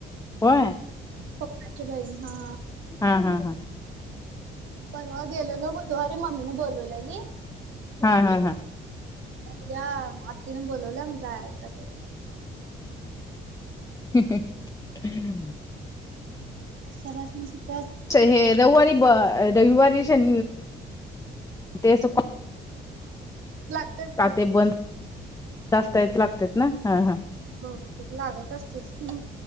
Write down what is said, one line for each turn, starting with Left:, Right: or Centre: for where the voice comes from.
Left: होय
Right: पपांची बहीण हा.
Left: हा, हा, हां
Right: परवा गेलेलो बुधवारी मम्मीन बोलवल्याली.
Left: हा हा हा
Right: त्या आत्तीन बोलवल्या मग जायचं हाय.
Left: <unintelligible>
Right: सरासनी शिक
Left: ते रवूवारी ब रविवारी शन ते असं
Right: लागतात
Left: का
Right: की
Left: ते बंद, जास्त हायेत लागत्यात ना? हा हा
Right: बहुतेक लागत असतील,